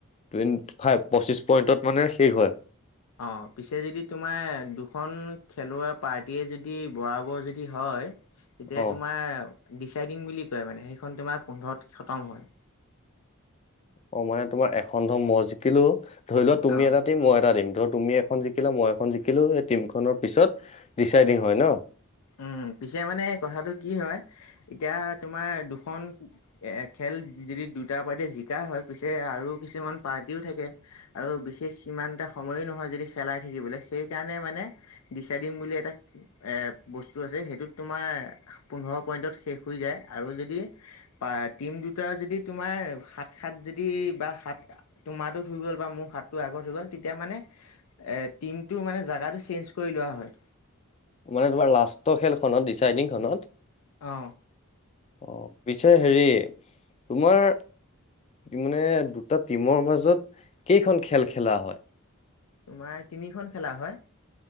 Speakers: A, on the left; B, on the left.
A: টুৱেন্টি ফাইভ, পঁচিছ পইণ্টত মানে শেষ হয়।
B: অ', পিছে যদি তোমাৰ দুখন খেলুৱৈ পাৰ্টীয়ে যদি, বৰাবৰ যদি হয় তেতিয়া
A: অ
B: তোমাৰ ডিচাইডিং বুলি কয় মানে, সেইখন তোমাৰ পোন্ধৰ খতম হয়।
A: অ', মানে তোমাৰ এখন ধৰ মই জিকিলো, ধৰিলোৱা তুমি
B: অ'।
A: এটা টিম, মই এটা টিম ধৰ তুমি এখন জিকিলা, মই এখন জিকিলো, সেই টিম খনৰ পিছত ডিচাইডিং হয় ন।
B: উম, পিছে মানে কথাটো কি হয়, এতিয়া তোমাৰ দুখন এ খেল যদি দুটা পাৰ্টি জিকা হয়, পিছে আৰু কিছুমান পাৰ্টিও থাকে। আৰু বিশেষ সিমানতে সময়ো নহয় যদি খেলাই থাকিবলৈ সেইকাৰণে মানে দিচাই দিম বুলি এটা এ বস্তু আছে সেইটোত তোমাৰ পোন্ধৰ পইন্টত শেষ হৈ যায় আৰু যদি প টিম দুটাৰ যদি তোমাৰ সাত সাত যদি বা সাত তোমাৰো ধুই গ'ল বা মোৰ হাতটো আগত হৈই গ'ল তেতিয়া মানে এ টিমটো মানে জাগগাটো চেঞ্জ কৰি লোৱা হয়
A: মানে তোমাৰ লাষ্টৰ খেলখনত ডিচাইডিং খনত
B: অ
A: অ পিছে হেৰি তোমাৰ মানে দুটা টিমৰ মাজত কেইখন খেল খেলা হয়
B: তোমাৰ তিনিখন খেলা হয়